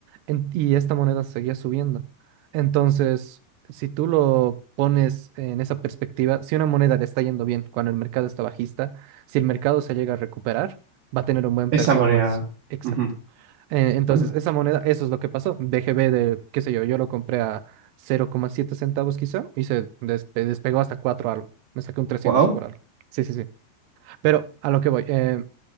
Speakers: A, on the right (about 80°); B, on the right (about 65°).
A: en- y esta moneda seguía subiendo. Entonces, si tú lo pones en esa perspectiva, si una moneda le está yendo bien cuando el mercado está bajista, si el mercado se llega a recuperar, va a tener un buen
B: esa
A: performance.
B: moneda.
A: Exacto.
B: Ujú.
A: Eh, entonces,
B: Anda,
A: esa moneda, eso es lo que pasó. BGB de, qué sé yo, yo lo compré a 0,7 centavos quizá y se despe- despegó hasta 4 algo. Me saqué un trescientos
B: wow,
A: por algo. Sí, sí, sí. Pero a lo que voy. eh,